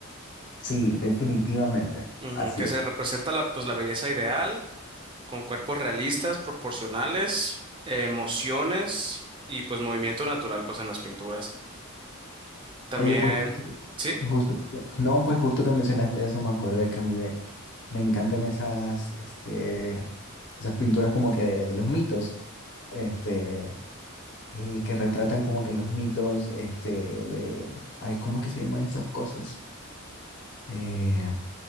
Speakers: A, on the left; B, on the right.
A: Sí, definitivamente.
B: Ujú,
A: Así
B: que
A: es.
B: se representa la, pues, la belleza ideal con cuerpos realistas, proporcionales, eh, emociones y, pues, movimiento natural, pues, en las pinturas. También,
A: Oye, pues
B: ¿sí?
A: justo, no, pues justo que mencionaste eso, me acordé que a mí Me encantan esas, este, esas pinturas como que de los mitos, este, eh, que retratan como que los mitos, este, de, ay, ¿cómo es que se llaman esas cosas? Eh,